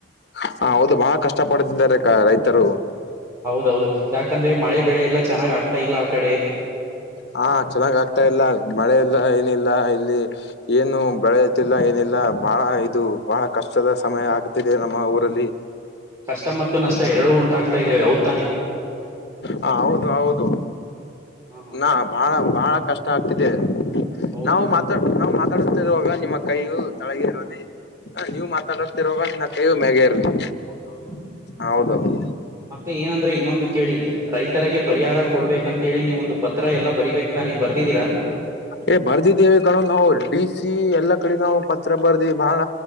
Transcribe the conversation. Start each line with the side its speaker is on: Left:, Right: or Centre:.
Left: ಹ ಹೌದು ಬಹಳ ಕಷ್ಟ ಪಡ್ತಿದ್ದಾರೆ ರೈತರು
Right: ಹೌದೌದು ಯಾಕಂದ್ರೆ ಮಳೆ ಬೆಳೆ ಎಲ್ಲಾ ಚೆನ್ನಾಗ್ ಆಗ್ತಾ ಇಲ್ಲ ಆ ಕಡೆ
Left: ಹಾ ಚೆನ್ನಾಗ್ ಆಗ್ತಾ ಇಲ್ಲ ಮಳೆ ಇಲ್ಲ ಏನಿಲ್ಲ ಇಲ್ಲಿ ಏನು ಬೆಳೆ ಗಿಲ್ಲ ಏನಿಲ್ಲ ಬಹಳ ಇದು ಬಹಳ ಕಷ್ಟದ ಸಮಯ ಆಗುತ್ತಿದೆ ನಮ್ಮ ಊರಲ್ಲಿ
Right: ಕಷ್ಟ ಮತ್ತು ನಷ್ಟ ಎರಡೂ ಉಂಟಾಗ್ತಾ ಇದ್ದೇವೆ ಅವಔ ತಾನೆ
Left: ಹ ಹೌದು ಹೌದು
Right: ಹ ಹ
Left: ನಾ ಬಹಳ ಬಾಳ ಕಷ್ಟ ಆಗ್ತಿದೆ
Right: ಹೌದು
Left: ನಾವು ಮಾತಾಡ್ ನಾವು ಮಾತಾಡ್ತ ಇರುವಾಗ ನಿಮ್ಮ ಕೈಯು ತಳಗ ಇರುವಲ್ಲಿ ಹ ನೀವು ಮಾತಾಡತಿರಾಗ ಇನ್ನ ಕೈಯೂ ಮ್ಯಾಗ ಇರ್ಲಿ
Right: ಹೌದೌದು
Left: ಹೌದೌದು
Right: ಮತ್ತೆ ಏನಂದ್ರೆ ಇನ್ನೊಂದು ಕೆ ಹೇಳಿ ರೈತರರಿಗೆ ಪರಿಹಾರ ಕೊಡ್ಬೇಕಂತೇಳಿ ನೀವೊಂದು ಪತ್ರ ಎಲ್ಲ ಬರಿಬೇಕಕ್ತಾನೆ ಬರ್ದಿದ್ದೀರಾ
Left: ಏ ಬರ್ದಿದ್ದೇವಿ ಕಣ ನಾವು ಡಿ ಸಿ ಎಲ್ಲಾ ಕಡೆ ನಾವು ಪತ್ರ ಬರ್ದಿ ಬಾಳ